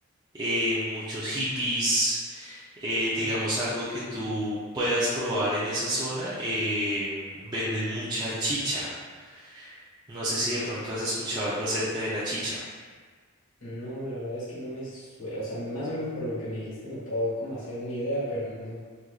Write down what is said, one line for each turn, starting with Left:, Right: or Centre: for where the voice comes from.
Right: eh, muchos hippies eh, digamos
Left: <laughs>
Right: algo que tú puedas probar en esa zona, eh, venden mucha chicha. No sé si de pronto has escuchado algo acerca de la chicha.
Left: No, la verdad es que no me suena, o sea, más o menos por lo que me dijiste me puedo como hacer una idea, pero no,